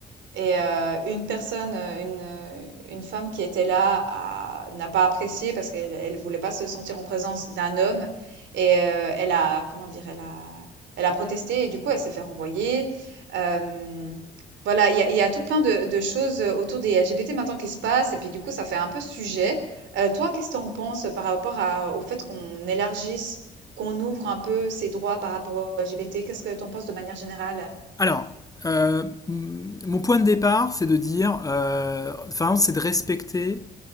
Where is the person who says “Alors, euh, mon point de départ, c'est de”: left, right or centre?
Left